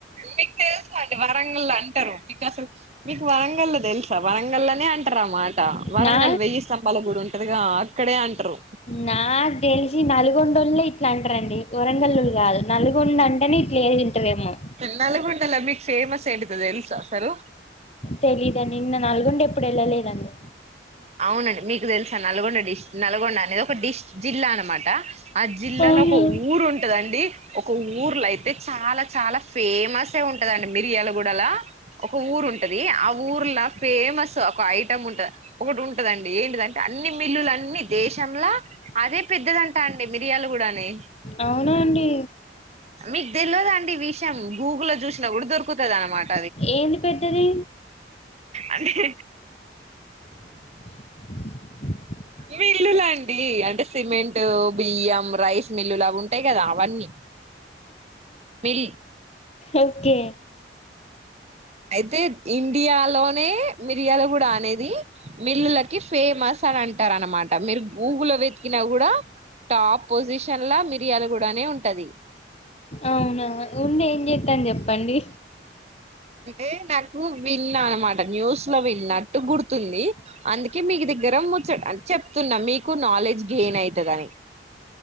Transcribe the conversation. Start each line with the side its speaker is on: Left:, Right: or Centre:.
Right: మీకు తెలుసా అండి వరంగల్లో అంటారు మీకు అసలు మీకు వరంగల్లో తెలుసు వరంగల్నే అంటారు అ మాట వరంగల్
Left: నా
Right: వెయ్యి స్తంభాల గుడి ఉంటదిగా అక్కడే అంటారు
Left: నాకు తెలిసి నల్గొండోళ్లే ఇట్లా అంటారండి వరంగల్లు గాదు నల్గొండ అంటేనే ఇట్లా అం టవేమో
Right: నల్లగొండల మీక్ ఫేమస్ ఏంటిదో తెలుసా అసలు
Left: తెలీదండి నేను నల్గొండే ఎప్పుడు ఎళ్ళలేదండి
Right: అవునండి మీకు తెలుసా నల్గొండ డిస్ నల్గొండ అనేది ఒక డిస్ జిల్లా అనమాట ఆ జిల్లాలో
Left: అవునా
Right: ఒక ఊరు ఉంటదండి ఒక ఊర్లో అయితే చాలా చాలా ఫేమస్ ఎ ఉంటదండి మిర్యాలగూడలా ఒక ఊరు ఉంటది ఆ ఊర్లా ఫేమస్ ఒక ఐటమ్ ఉంటది ఒకటి ఉంటదండి ఏంటిదంటే అన్ని మిల్లుల అన్ని దేశంలా అదే పెద్దదంటా అండి మిర్యాలగోడా గనే
Left: అవునా అండి
Right: మీకు తెలియదండి ఈ విషయం గూగుల్లో లో చూసినా గూడా దొరుకుతుంది అన్నమాట
Left: ఏంది పెద్దది
Right: అంటే
Left: <inaudible>
Right: మిల్లులు అండి అంటే సిమెంట్ బియ్యం రైస్ మిల్లులు అవి ఉంటాయి గదా అవన్నీ మిల్
Left: ఓకే
Right: అయితే ఇండియాలోనే మిర్యాలగుడా అనేది మిల్లులకి ఫేమస్ అని అంటార అనమాట మీరు గూగుల్లో వెతికినా గూడా టాప్ పొజిషనల్లా మిర్యాలగుడానే ఉంటది
Left: అవునా ఉండి ఏం చేస్తాం చెప్పండి
Right: ఎ నాకు విన్న అనమాట న్యూస్ వినట్టు గుర్తుతుంది అందుకే మీదగ్గర ముచ్చట చెప్తున్నా మీకు నాలెడ్జ్ గేమ్ నన్యితదాని